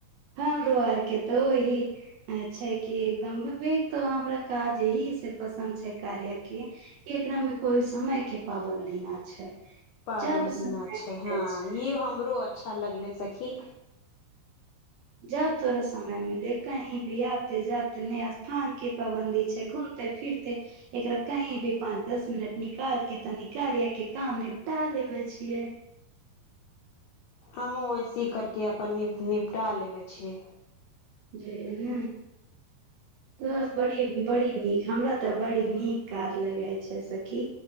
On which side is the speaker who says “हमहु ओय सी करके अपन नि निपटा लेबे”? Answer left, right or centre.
Left